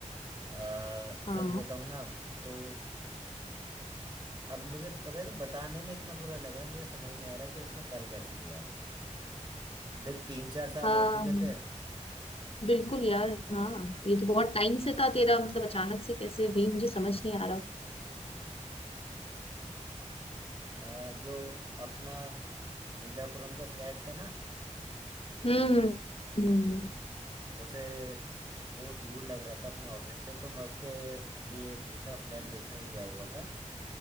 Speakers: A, on the right; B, on the left.
A: अ, सच
B: हाँ
A: बताऊं ना तो अब मुझे पता नहीं बताने में इतना बुरा लग रहा है मुझे समझ नहीं आ रहा कि उसने कर कैसे दिया देख तीन चार साल
B: हाँ
A: हो चुके थे
B: बिल्कुल यार हाँ ये तो बहुत टाइम से था तेरा मतलब अचानक से कैसे भाई मुझे समझ नहीं आ रहा
A: अ, जो अपना इंदिरापुरम का फ्लैट था ना
B: हम्म हम्म हम्म,
A: उसे वो दूर लग रहा था अपने ऑफिस से तो मैं उसके लिए दूसरा फ्लैट देखने गया हुआ था